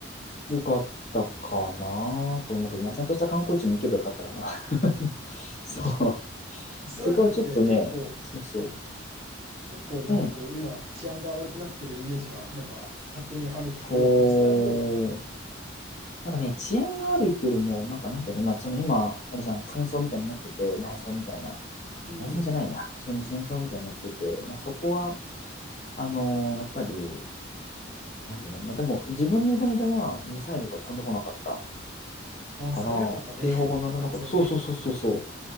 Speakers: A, on the left (about 35°); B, on the right (about 30°).
A: 良かったかなと思うけど、まあ、ちゃんとした観光地も行けばよかったかな。<laughs> そう。
B: 確かに。イスラエルって結構
A: そこはちょっとね、そうそ
B: 結構なんかこう今治安が悪くなってるイメージがなんか勝手にあるんだけど、
A: う。うん。そう。
B: 実際はどうだったの
A: なんかね、治安が悪いっていうよりも、なんかなんていうの、まあ、その今、あれじゃん、戦争みたいになってて、内戦みたいな。
B: うん。
A: 内戦じゃないな。普通に戦争みたいになってて、まあ、そこは、あのーやっぱり、なんていうの、まあ、でも自分のいる間はミサイルが飛んでこなかった
B: ああ、
A: から、
B: それは良かったね。
A: 警報が鳴らなかった。
B: <laughs> 安全で。
A: そうそうそうそうそう。